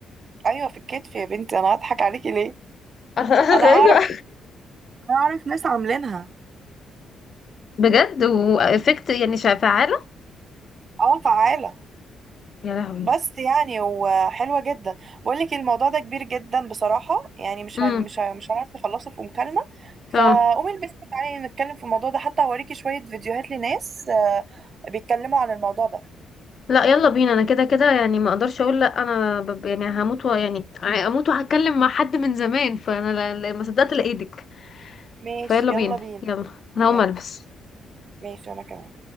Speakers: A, on the right; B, on the left.
A: ايوه في الكتف يا بنتي انا هضحك عليكي ليه
B: انا
A: انا
B: غريبة
A: اعرف انا اعرف ناس عاملينها
B: بجد وافكت يعني شا- فعالة
A: اه فعالة
B: يا لهوي
A: بس يعني وحلوة جدا بقول لك الموضوع ده كبير جدا بصراحة يعني مش
B: امم
A: هن... مش هن... مش هنعرف نخلصه في مكالمة
B: اه
A: فقومي البسي تعالي نتكلم في الموضوع ده حتى اوريكي شوية فيديوهات لناس آه، بيتكلموا عن الموضوع ده
B: لا يلا بينا انا كده كده يعني ما اقدرش اقول لا انا ب... يعني هموت و... يعني هموت وهتكلم مع حد من زمان فانا لا... لا- ما صدقت لقيتك
A: ماشي
B: فيلا
A: يلا
B: بينا
A: بينا
B: يلا انا هقوم
A: يلا
B: البس
A: ماشي انا كمان